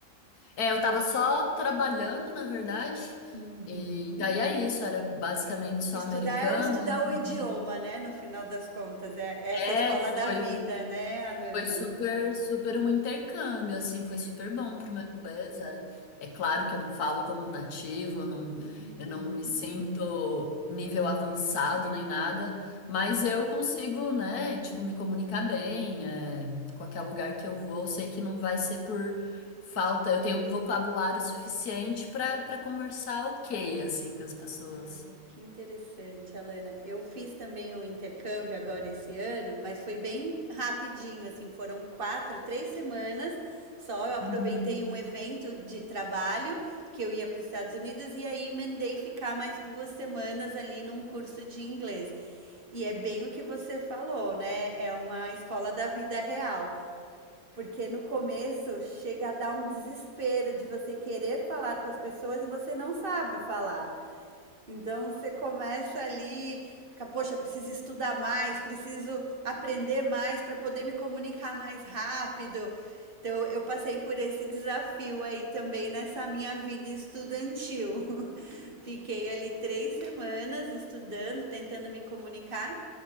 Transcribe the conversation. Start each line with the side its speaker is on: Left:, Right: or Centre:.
Left: É, eu tava só trabalhando, na verdade.
Right: Uhum.
Left: E daí é isso, era basicamente só
Right: Estudar
Left: americanos,
Right: é o estudar
Left: não trabalhei
Right: o idioma, né? No final das contas, é é essa
Left: é,
Right: escola
Left: foi,
Right: da vida, né, Alana?
Left: Foi super, super um intercâmbio, assim, foi super bom pro meu inglês. É, é claro que eu não falo como nativo, eu não,
Right: Uhum,
Left: eu não me sinto nível avançado nem nada,
Right: uhum.
Left: mas eu consigo, né, tipo, me comunicar bem, é, em qualquer lugar que eu vou, eu sei que não vai ser por falta, eu tenho vocabulário suficiente para para conversar ok, assim, com as pessoas.
Right: Ah, que interessante, Alana. Eu fiz também um intercâmbio agora esse ano, mas foi bem rapidinho, assim, foram quatro, três semanas só. Eu aproveitei
Left: Uhum.
Right: um evento de trabalho que eu ia para os Estados Unidos e aí emendei ficar mais duas semanas ali num curso de inglês. E é bem o que você falou, né? É uma escola da vida real. Porque no começo chega a dar um desespero de você querer falar com as pessoas e você não sabe falar. Então você começa ali, fica, poxa, preciso estudar mais, preciso aprender mais para poder me comunicar mais rápido. Então eu passei por esse desafio aí também nessa minha vida estudantil. <laughs> Fiquei ali três semanas estudando, tentando me comunicar.